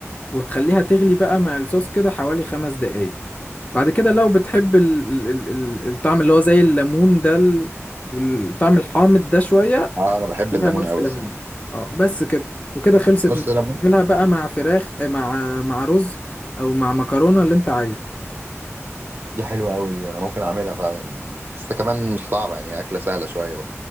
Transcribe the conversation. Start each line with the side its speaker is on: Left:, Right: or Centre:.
Left: وتخليها تغلي بقى مع الصوص كده حوالي خمس دقايق بعد كده لو بتحب ال ال ال ال- الطعم اللي هو زي الليمون ده ال- والطعم الحامض ده شوية
Right: اه انا بحب
Left: لها
Right: الليمون
Left: نص
Right: قوي
Left: ليمون
Right: الصراحه
Left: اه بس كده وكده خلصت
Right: نص
Left: معاك.
Right: ليمون
Left: تعملها بقى مع فراخ آه، مع مع رز او مع مكرونه اللي انت عايزه
Right: دي حلوه قوي دي انا ممكن اعملها فعلا يعني حاسه كمان مش صعبه يعني اكله سهله شويه